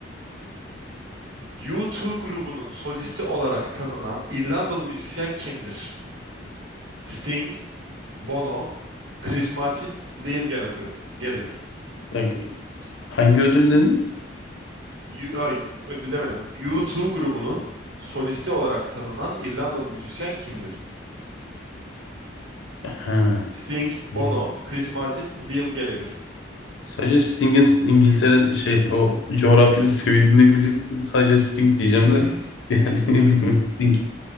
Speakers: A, on the right (about 70°); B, on the left (about 80°).
A: U2 grubunun solisti olarak tanınan İrlandalı müzisyen kimdir? Sting, Bono, Chris Martin, Liam Gallagher. Gallagher.
B: Bak, hangi ödül dedin?
A: U- ay, ödül U2 grubunun solisti olarak tanınan İrlandalı müzisyen kimdir?
B: Ha.
A: Sting, Bono,
B: e,
A: Chris Martin, Liam Gallagher.
B: Sadece Sting'in İngiltere şey o coğrafyada sevildiğini bilip sadece Sting diyeceğim
A: <laughs>
B: de <laughs> diğerlerini bilmiyorum. Sting.